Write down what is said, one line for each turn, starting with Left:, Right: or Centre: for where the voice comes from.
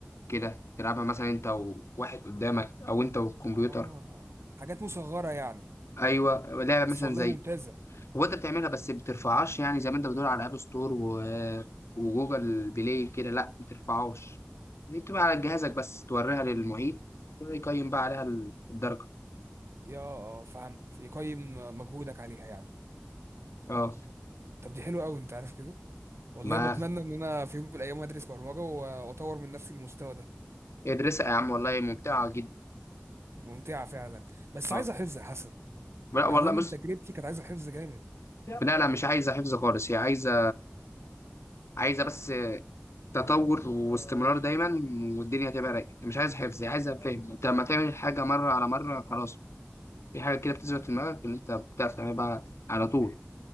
Left: كده تلعبها مثلا انت وواحد قدامك او انت والكمبيوتر
Right: اه حاجات مصغرة يعني
Left: ايوه لعبة
Right: بس
Left: مثلا
Right: والله
Left: زي
Right: ممتازة
Left: هو انت بتعملها بس بترفعهاش يعني زي ما انت بتقول على اب ستور و... وجوجل بلاي كده لا بترفعهاش دي بتبقى على جهازك بس توريها للمعيد يقيم بقى عليها الدرجة
Right: يا اه فهمت يقيم مجهودك عليها يعني
Left: اه
Right: طب دي حلوة قوي انت عارف كده والله
Left: ما
Right: بتمنى ان انا في يوم من الايام ادرس برمجة و- واطور من نفسي المستوى ده
Left: ادرسها يا عم والله ممتعة جدا
Right: ممتعة فعلا بس
Left: اه
Right: عايزة حفظ يا حسن
Left: لا
Right: يعني
Left: والله
Right: أنا من
Left: بص
Right: تجربتي كانت عايزة حفظ جامد
Left: لا لا مش عايزه حفظ خالص هي عايزه عايزه بس تطور واستمرار دايما والدنيا هتبقى رايقه مش عايزه حفظ هي عايزه فهم انت لما تعمل الحاجه مره على مره خلاص في حاجه كده بتثبت في دماغك ان انت بتعرف تعملها بقى على طول